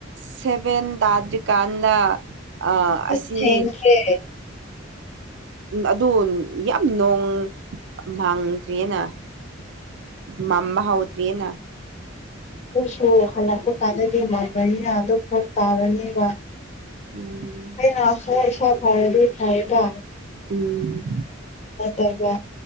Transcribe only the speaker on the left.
ꯑꯁ
ꯊꯦꯡꯈ꯭ꯔꯦ
ꯄꯨꯡꯁꯨ ꯍꯜꯂꯛꯄ ꯀꯥꯟꯗꯗꯤ ꯃꯝꯕꯔꯤꯅ ꯑꯗꯨꯝ ꯐꯔꯛ ꯇꯥꯔꯅꯤꯕ
ꯑꯩꯅ ꯈꯔ ꯏꯁꯥ ꯐꯔꯗꯤ ꯐꯌꯦꯕ
<unintelligible> ꯇꯩ ꯕꯥ